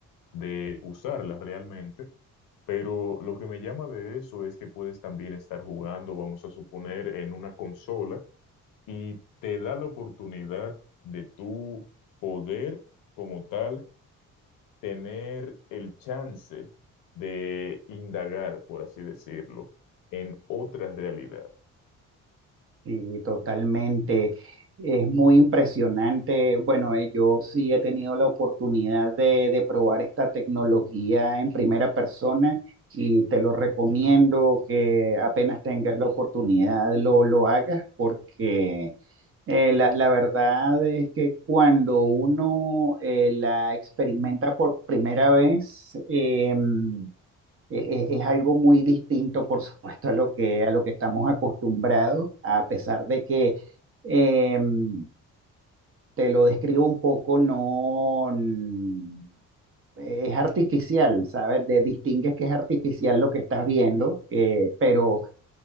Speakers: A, on the left; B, on the right.
A: de usarla realmente, pero lo que me llama de eso es que puedes también estar jugando, vamos a suponer, en una consola y te da la oportunidad de tú poder, como tal, tener el chance de indagar, por así decirlo, en otra realidad.
B: Sí, totalmente. Es muy impresionante. Bueno, eh, yo sí he tenido la oportunidad de, de probar esta tecnología en primera persona y te lo recomiendo que apenas tengas la oportunidad lo, lo hagas porque eh, la, la verdad es que cuando uno eh, la experimenta por primera vez, em, e- e- Es algo muy distinto, por supuesto, a lo que, a lo que estamos acostumbrados, a pesar de que em, te lo describo un poco, no n- es artificial, ¿sabes? De, distingues que es artificial lo que estás viendo, eh, pero